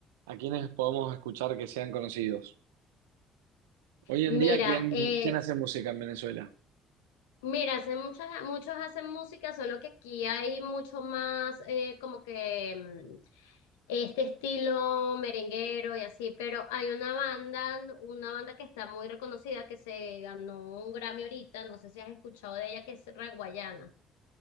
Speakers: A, on the right (about 80°); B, on the left (about 80°).
A: a quiénes podemos escuchar que sean conocidos? Hoy en
B: Mira,
A: día, ¿quién,
B: eh,
A: quién hace música en Venezuela?
B: mira, hacen muchas, muchos hacen música, solo que aquí hay mucho más eh, como que mm, este estilo merenguero y así, pero hay una banda, una banda que está muy reconocida que se ganó un Grammy ahorita, no sé si has escuchado de ella, que es Raguayana.